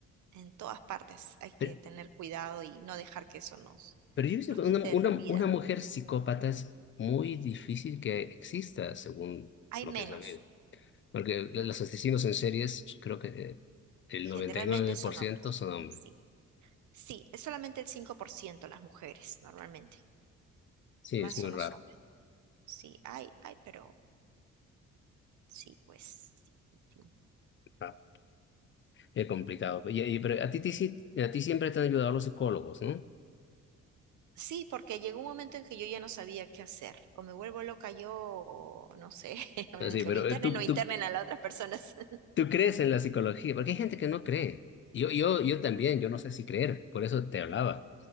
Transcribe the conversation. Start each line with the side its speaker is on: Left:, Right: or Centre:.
Right: en todas partes hay que
Left: Pero,
Right: tener cuidado y no dejar que eso nos,
Left: pero yo he visto
Right: nos
Left: que
Right: quite
Left: una, una,
Right: la vida.
Left: una mujer psicópata es muy difícil que exista, según
Right: Hay
Left: lo
Right: menos.
Left: que he sabido. Porque los asesinos en series, creo que eh, el
Right: Generalmente
Left: noventa y nueve
Right: son
Left: por ciento
Right: hombres.
Left: son hombres.
Right: Sí. Sí, es solamente el 5% las mujeres, normalmente.
Left: Sí,
Right: Más
Left: es
Right: son
Left: muy raro.
Right: los hombres. Sí, hay, hay, pero sí, pues. Sí,
Left: Ah. Qué complicado. Y- y- pero a ti, ti sí- a ti siempre te han ayudado los psicólogos, ¿no?
Right: Sí, porque llegó un momento en que yo ya no sabía qué hacer. O me vuelvo loca yo, o no sé, <laughs> o
Left: Así,
Right: en que
Left: pero
Right: me internen
Left: eh, tú,
Right: o internen
Left: tú,
Right: a las otras personas. <laughs>
Left: tú crees en la psicología, porque hay gente que no cree. Yo, yo, yo también, yo no sé si creer, por eso te hablaba.